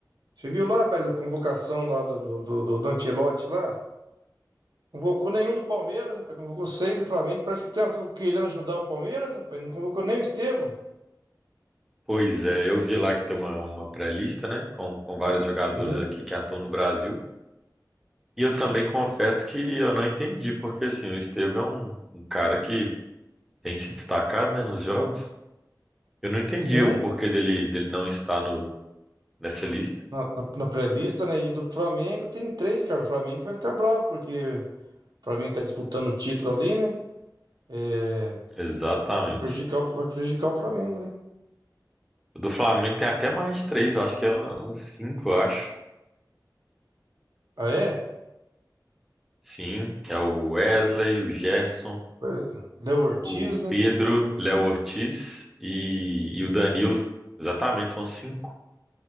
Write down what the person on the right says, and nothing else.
Você viu lá, rapaz, a convocação lá do, do, do, do do Ancelotti lá? Convocou nenhum do Palmeiras, rapaz. Convocou seis do Flamengo. Parece que tá querendo ajudar o Palmeiras, rapaz. Não convocou nem o Estevão.
Sim,
sim.
Na, na, na pré-lista, né? E do Flamengo tem três, cara. O Flamengo vai ficar bravo, porque O Flamengo tá disputando o título ali, né? É,
vai prejudicar, o- vai prejudicar o Flamengo, né?
Ah, é?
Pois- Léo Ortiz,
né?